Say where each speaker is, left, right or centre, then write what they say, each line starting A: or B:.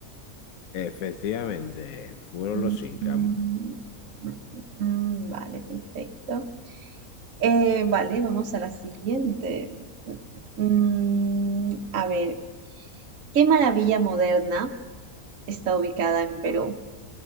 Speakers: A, on the left (about 75°); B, on the right (about 65°).
A: Efectivamente, fueron
B: Mm,
A: los Incas.
B: mm, mm, mm, Vale, perfecto. Eh, vale, vamos a la siguiente. Mm, a ver, ¿qué maravilla moderna está ubicada en Perú?